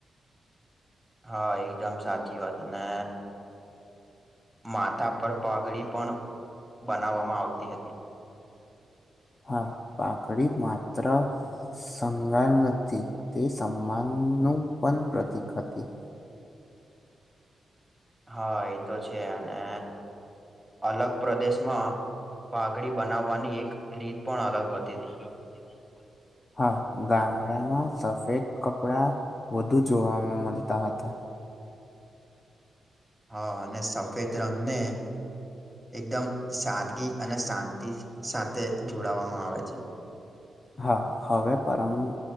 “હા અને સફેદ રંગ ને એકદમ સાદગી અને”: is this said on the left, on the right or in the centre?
Centre